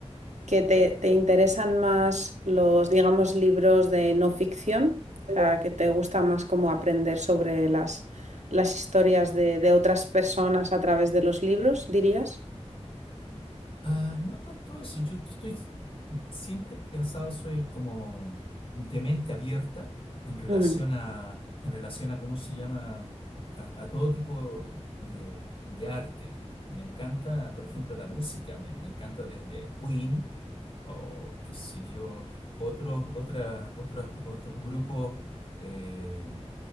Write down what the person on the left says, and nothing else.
Ah, no tanto eso, yo, yo estoy siempre he pensado, soy como de mente abierta en relación
a, en relación a cómo se llama, a, a todo tipo de, de arte. Me encanta, por ejemplo, la música, me, me encanta desde Queen o qué sé yo, otros, otras, otros, otros grupos eh,